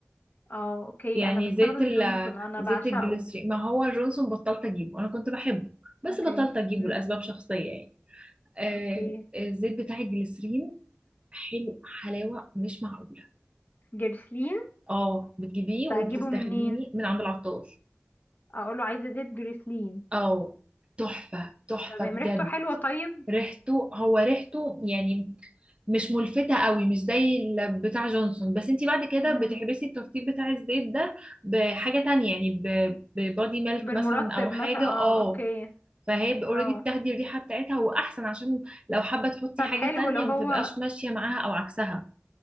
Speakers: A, on the left; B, on the right.
A: اه اوكي
B: يعني
A: انا بستخدم
B: زيت ال
A: جونسون انا
B: زيت
A: بعشقه
B: الجليسرين ما هو جونسون بطلت أجيبه أنا كنت بحبه بس
A: اوكي
B: بطلت أجيبه
A: امم
B: لأسباب شخصية يعني آه
A: اوكي
B: آه، الزيت بتاع الجليسرين حلو حلاوة مش معقولة
A: جريسلين
B: اه بتجيبيه وبتستخدميه
A: بجيبه منين
B: من عند العطار
A: اقوله عايزه زيت جريسلين
B: اه تحفة تحفة
A: تمام
B: بجد
A: ريحته حلوه طيب
B: ريحته هو ريحته يعني مش ملفتة قوي مش زي ال- بتاع جونسون بس انتي بعد كده
A: امم
B: بتحبسي الترطيب بتاع الزيت ده بحاجة تانية يعني ب- ببادي ميلك
A: بالمرطب
B: مثلا او
A: مثلا
B: حاجة
A: اه
B: اه
A: اوكي
B: فهي اوريدي
A: اه
B: بتاخدي الريحة بتاعتها واحسن عشان لو حابة تحطي
A: طب
B: حاجة
A: حلو
B: تانية
A: لو هو
B: ما تبقاش ماشية معاها او عكسها